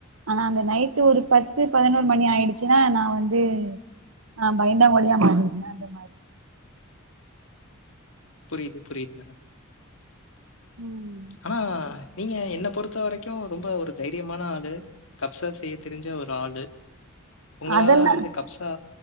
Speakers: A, on the right (about 80°); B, on the left (about 70°).
A: ஆனா அந்த நைட்டு ஒரு பத்து பதினோரு மணி ஆயிடுச்சுன்னா நா வந்து ஆ பயந்தாங்கோழியா மாறிருதே அந்த மாதிரி
B: புரியுது புரியுது மேடம்
A: ம்
B: அனா நீங்க என்ன பொறுத்த வரைக்கு ரொம்ப ஒரு தைரியமான ஆளு கப்சா செய்ய தெரிஞ்ச ஒரு ஆளு உங்களால
A: அதெலா
B: வந்து கப்ஸா